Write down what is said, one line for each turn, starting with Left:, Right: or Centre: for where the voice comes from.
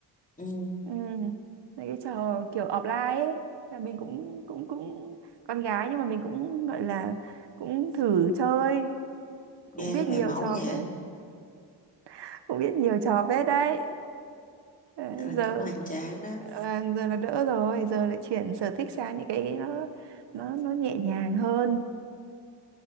Left: ừ
Right: ừ. Mấy cái trò kiểu offline ấy Là mình cũng cũng cũng Con gái nhưng mà mình cũng gọi là Cũng thử chơi Cũng
Left: nghe
Right: biết
Left: có vẻ
Right: nhiều
Left: máu
Right: trò
Left: vậy
Right: phết
Left: á.
Right: <laughs> Cũng biết nhiều trò phết đấy, đấy
Left: nên là
Right: Giờ
Left: cũng hoành tráng đó
Right: vâng, giờ là đỡ rồi Giờ lại chuyển sở thích sang những cái, cái nó nó nó nhẹ nhàng hơn